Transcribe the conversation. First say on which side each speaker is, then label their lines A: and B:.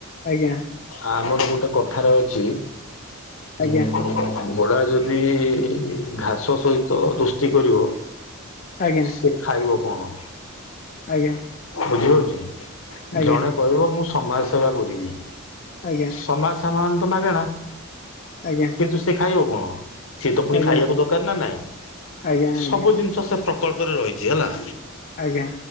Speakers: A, on the left; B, on the left.
A: ଆଜ୍ଞା।
B: ଆମର ଗୋଟେ କଥାରେ ଅଛି
A: ଆଜ୍ଞା
B: ଉ ଘୋଡା ଯଦି ଘାସ ସହିତ ଦୋସ୍ତି କରିବ।
A: ଆଜ୍ଞା।
B: ସେ ଖାଇବ କଣ?
A: ଆଜ୍ଞା।
B: ବୁଝିହଉଛି
A: ଆଜ୍ଞା
B: ଜଣେ କହିବ ମୁଁ ସମାଜ ସେବା କରିବି।
A: ଆଜ୍ଞା।
B: ସମାଜ ସେବା ମାନେ ତ ମାଗେଣା?
A: ଆଜ୍ଞା।
B: କିନ୍ତୁ ସେ ଖାଇବ କଣ ସିଏ ତ ପୁଣି
A: ଆଜ୍ଞା
B: ଖାଇବାକୁ ଦରକାର ନା ନାଇଁ
A: ଆଜ୍ଞା ଆଜ୍ଞା
B: ସବୁ ଜିନିଷ ପ୍ରକଳ୍ପରେ ରହିଛି ହେଲା।
A: ଆଜ୍ଞା।